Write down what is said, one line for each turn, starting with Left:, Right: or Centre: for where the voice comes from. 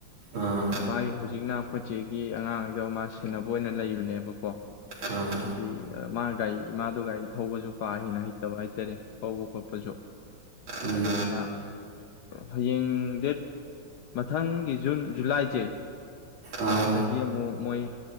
Right: ꯑꯥ
Left: ꯃꯥꯒꯤ ꯍꯧꯖꯤꯛꯅ ꯑꯩꯈꯣꯏꯆꯦꯒꯤ ꯑꯉꯥꯡꯉꯩꯗꯣ ꯃꯥ ꯁꯦꯟꯅꯕ ꯑꯣꯏꯅ ꯂꯩꯕꯅꯦꯕꯀꯣ
Right: ꯑꯥ
Left: ꯍꯥꯏꯗꯤ ꯃꯥ ꯒꯥꯔꯤ ꯏꯃꯥꯗꯣ ꯒꯥꯔꯤ ꯊꯧꯕꯁꯨ ꯀꯥ ꯍꯦꯟꯅ ꯍꯩꯇꯕ ꯍꯥꯏꯇꯥꯔꯦ ꯍꯧꯕ ꯈꯣꯠꯄꯁꯨ
Right: ꯎꯝ
Left: ꯑꯗꯨꯗꯨꯅ ꯍꯌꯦꯡ ꯗꯦꯠ ꯃꯊꯪꯒꯤ ꯖꯨꯟ ꯖꯨꯂꯥꯏꯁꯦ
Right: ꯑꯥ
Left: ꯁꯤꯗꯒꯤ ꯑꯃꯨꯛ ꯃꯣꯏ